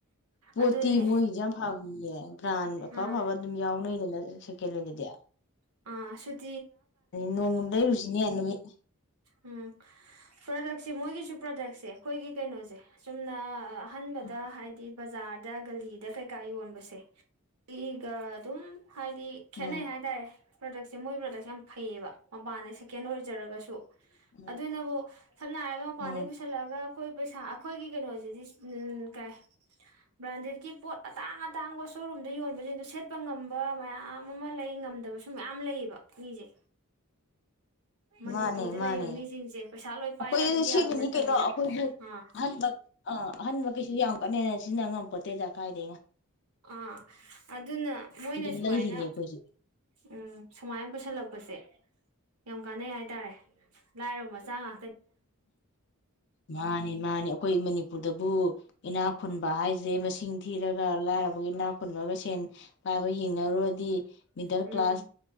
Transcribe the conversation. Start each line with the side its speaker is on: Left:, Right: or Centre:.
Left: ꯄꯣꯠꯇꯤ
Right: ꯑꯗꯨꯅꯦ
Left: ꯃꯣꯏꯒꯤꯁꯨ ꯌꯥꯝ ꯐꯕ ꯅꯦ ꯕ꯭ꯔꯥꯟ ꯑꯐ
Right: ꯑꯥ
Left: ꯑꯐꯕ ꯑꯗꯨꯝ ꯌꯥꯎꯅꯩꯗꯅ ꯁꯦꯀꯦꯂꯦꯟ ꯗꯗꯤ
Right: ꯑ ꯁꯤꯠ
Left: ꯅꯣꯡꯃ ꯗꯩꯔꯨꯁꯤꯅꯦ ꯅꯨꯃꯤꯠ
Right: ꯎꯝ ꯄ꯭ꯔꯗꯛꯁꯦ ꯃꯣꯏꯒꯤꯁꯨ ꯄ꯭ꯔꯗꯛꯁꯦ ꯑꯈꯣꯏꯒꯤ ꯀꯩꯅꯣꯁꯦ ꯆꯨꯝꯅ ꯑ ꯑꯍꯟꯕꯗ
Left: ꯎꯝ
Right: ꯍꯥꯏꯗꯤ ꯕꯖꯥꯔꯗ ꯒꯂꯤꯗ ꯀꯩꯀꯥ ꯌꯣꯟꯕꯁꯦ ꯁꯤꯒ ꯑꯗꯨꯝ ꯍꯥꯏꯗꯤ ꯈꯦꯠꯅꯩ
Left: ꯎꯝ
Right: ꯍꯥꯏꯇꯥꯔꯦ ꯄ꯭ꯔꯗꯛꯁꯦ ꯃꯣꯏ ꯄ꯭ꯔꯗꯛꯁꯦ ꯌꯥꯝ ꯐꯩꯌꯦꯕ ꯃꯄꯥꯟꯗꯩ ꯁꯦꯀꯦꯟ ꯑꫭꯏꯔꯁꯨ ꯖꯔꯒꯁꯨ
Left: ꯎꯝ
Right: ꯑꯗꯨꯅꯕꯨ ꯁꯝꯅ ꯍꯥꯏꯔꯒ ꯃꯄꯥꯟꯗꯩ
Left: ꯎꯝ
Right: ꯄꯨꯁꯜꯂꯛꯑꯒ ꯑꯩꯈꯣꯏ ꯄꯩꯁꯥ ꯑꯩꯈꯣꯏꯒꯤ ꯀꯩꯅꯣꯁꯤꯗꯤ ꯀꯩ ꯑꯩꯈꯣꯏ ꯄꯩꯁꯥ ꯑꯩꯈꯣꯏꯒꯤ ꯀꯩꯅꯣꯖꯤꯗꯤ ꯕ꯭ꯔꯥꯟꯗꯦꯠꯀꯤ ꯄꯣꯠ ꯑꯇꯥꯡ ꯑꯇꯥꯡꯕ ꯁꯣꯔꯨꯝꯗ ꯌꯣꯟꯕꯁꯤꯡꯗꯣ ꯁꯦꯠꯄ ꯉꯝꯕ ꯃꯌꯥꯝ ꯑꯃ ꯂꯩ ꯉꯝꯗꯕꯁꯨ ꯃꯌꯥꯝ ꯂꯩꯌꯦꯕ ꯃꯤꯁꯦ ꯃꯅꯤꯄꯨꯔꯗ
Left: ꯃꯥꯅꯦ
Right: ꯂꯩꯕ
Left: ꯃꯥꯅꯦ
Right: ꯃꯤꯁꯤꯡꯁꯦ ꯄꯩꯁꯥ ꯂꯣꯏ ꯄꯥꯏ
Left: ꯑꯩꯈꯣꯏꯗꯁꯨ
Right: ꯍꯥꯏꯕꯗꯤ
Left: ꯁꯦꯠꯂꯤꯅꯤ
Right: ꯌꯥꯕ ꯅꯠꯇꯕꯅꯤꯅ
Left: ꯀꯩꯅꯣ ꯑꯩꯈꯣꯏꯁꯨ
Right: ꯑꯥ
Left: ꯑꯍꯟꯕ ꯑꯥ ꯑꯍꯟꯕ ꯀꯩꯁꯨ ꯌꯥꯝ ꯀꯟꯅ ꯍꯦꯟꯅꯥ ꯅ ꯁꯤꯖꯤꯟꯅꯉꯝ ꯄꯠꯇꯦꯗ ꯀꯥꯏꯗꯦꯅ
Right: ꯑꯥ ꯑꯗꯨꯅ ꯃꯣꯏꯅ
Left: ꯑꯗꯨꯝ
Right: ꯁꯨꯃꯥꯏꯅ
Left: ꯂꯩꯔꯤꯅꯦ ꯑꯩꯈꯣꯏꯁꯨ
Right: ꯎꯝ ꯁꯨꯃꯥꯏꯅ ꯄꯨꯁꯜꯂꯛꯄꯁꯦ ꯌꯥꯝ ꯀꯥꯟꯅ ꯍꯥꯏ ꯍꯥꯏꯇꯥꯔꯦ ꯂꯥꯏꯔꯕ ꯃꯆꯥ ꯉ
Left: ꯃꯥꯅꯦ ꯃꯥꯅꯤ ꯑꯩꯈꯣꯏ ꯃꯅꯤꯄꯨꯔ ꯕꯨ ꯏꯅꯥꯛ ꯈꯨꯟꯕ ꯍꯥꯏꯁꯦ ꯃꯁꯤꯡꯗꯤ ꯊꯤꯔꯒ ꯂꯥꯏꯔꯕꯒꯤ ꯅꯥ ꯈꯨꯟꯕꯒ ꯁꯦꯟ ꯄꯥꯏꯕ ꯌꯦꯡꯅꯔꯨꯔꯗꯤ ꯃꯤꯗꯜ
Right: ꯎꯝ
Left: ꯀ꯭ꯂꯥꯁ